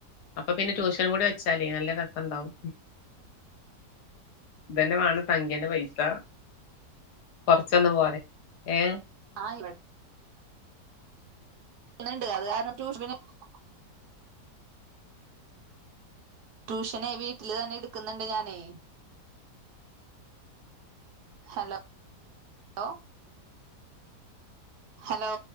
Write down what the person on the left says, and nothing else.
അപ്പൊ പിന്നെ ട്യൂഷൻ കൂടി വെച്ചാലേ നല്ല രസം ഉണ്ടാവും ഇതന്നെ വേണം സംഖ്യൻ്റെ പൈസ കൊറച്ചൊന്ന് പോരെ ഏഹ